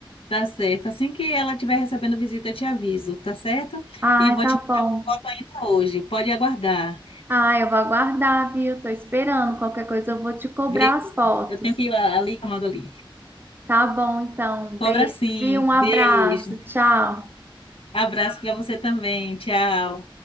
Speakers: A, on the left; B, on the right.
A: Tá certo. Assim que ela estiver recebendo visita, eu te aviso, tá certo?
B: Ai,
A: E vou
B: tá
A: te mandar
B: bom.
A: uma foto ainda hoje. Pode aguardar.
B: Ai, eu vou aguardar, viu? Tô esperando. Qualquer coisa eu vou te cobrar
A: Vê,
B: as fotos.
A: eu tenho que ir ali, chamando ali.
B: Tá bom, então. Beijo,
A: Cobra sim.
B: viu? Um abraço.
A: Beijo.
B: Tchau.
A: Abraço para você também. Tchau.